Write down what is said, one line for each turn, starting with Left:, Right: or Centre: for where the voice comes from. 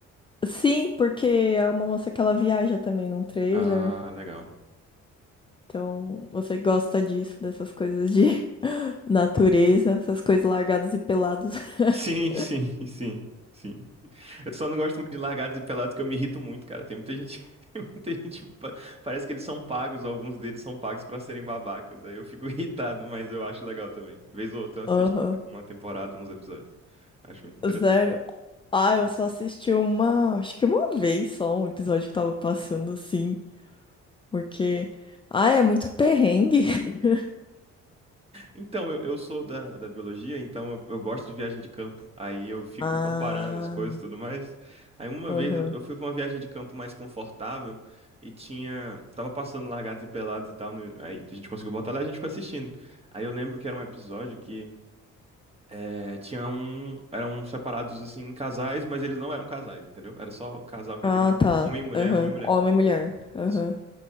Left: sim, porque é uma moça que ela viaja também num trailer.
Right: Ah, legal.
Left: Então, você gosta disso, dessas coisas de <laughs> natureza, essas coisas largados e pelados <laughs>
Right: Sim, sim, <laughs> sim. Sim. Eu só não gosto muito de largados e pelados, que eu me irrito muito, cara. Tem muita gente, <laughs> tem muita gente, pa- parece que eles são pagos, ou alguns deles são pagos pra serem babacas. Aí eu fico <laughs> irritado, mas eu acho legal também. Vez ou outra eu assisto
Left: Aham.
Right: uma temporada, uns episódios. Acho muito interessante.
Left: Sério? Ah,
Right: Sim.
Left: eu só assisti uma, acho que uma vez só, um episódio que tava passando assim, porque, ah, é muito perrengue. <laughs>
Right: Então, eu, eu sou da, da biologia, então eu, eu gosto de viagem de campo. Aí eu fico
Left: Ah,
Right: comparando as coisas e tudo mais. Aí uma
Left: aham.
Right: vez eu, eu fui pra uma viagem de campo mais confortável e tinha. Tava passando largados e pelados e tal. no- aí a gente conseguiu botar lá e a gente ficou assistindo. Aí eu lembro que era um episódio que é, tinha um. Eram separados assim em casais, mas eles não eram casais, entendeu? Era só casal que
Left: Ah,
Right: eu digo, tipo,
Left: tá.
Right: homem e mulher,
Left: Aham.
Right: homem e mulher.
Left: Homem e mulher.
Right: Isso.
Left: Aham.